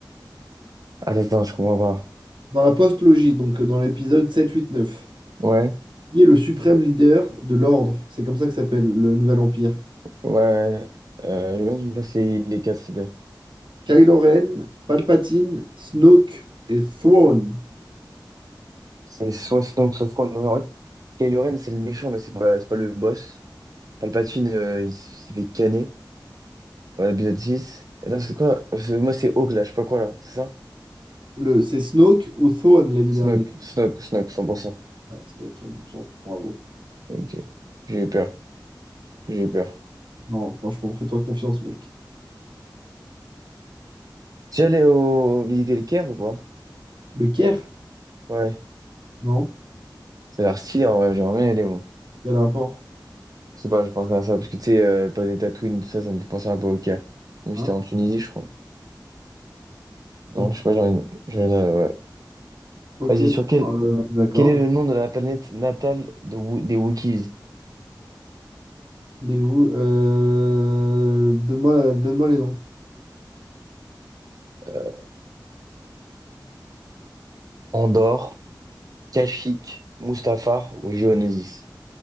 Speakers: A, on the right; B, on the right.
A: Attends, attends, je comprends pas.
B: Dans la postologie, donc euh, dans l'épisode 7 8 9.
A: Ouais,
B: Qui est le suprême leader de l'ordre? C'est comme ça que s'appelle le Nouvel Empire.
A: ouais, ouais. Euh, je veux bien que tu me passes les, les quatre, s'il te plaît.
B: Kylo Ren, Palpatine, Snoke et Thrawn.
A: C'est soit Snoke, soit Snoke. En fait, Kylo Ren, c'est le méchant, mais c'est pas, c'est pas le boss. Palpatine, euh, il s'est fait canner. Ouais, épisode six Attends, c'est quoi? C'est- Moi, c'est Hawk, là, je sais pas quoi, là. C'est ça?
B: Le, c'est Snoke ou Thrawn les deux
A: Snoke,
B: derniers.
A: Snoke, Snoke, 100%.
B: Ouais, Snoke 100%. Bravo.
A: Ok. J'ai eu peur. J'ai eu peur.
B: Non, franchement, fais-toi confiance, mec.
A: Tu es allé au... visiter le Caire ou pas?
B: Le Caire?
A: Ouais.
B: Non?
A: Ça a l'air stylé, en vrai. J'aimerais bien y aller, moi.
B: Il y a l'import.
A: Je sais pas, je pense à ça, parce que tu sais, euh, pas des Tatooine, tout ça, ça me fait penser un peu au Caire. Mais
B: Hein?
A: c'était en Tunisie, je crois.
B: Ok,
A: Non, je sais pas, j'aurais... j'aurais- euh, ouais.
B: ok,
A: Vas-y,
B: d'accord.
A: sur quel...
B: euh, d'accord.
A: quel est le nom de la planète natale de Wo- des Wookiees?
B: Des où? Euh, Donne-moi, donne-moi les noms.
A: Euh, Andorre, Kashyyyk, Mustafar ou Géonosis?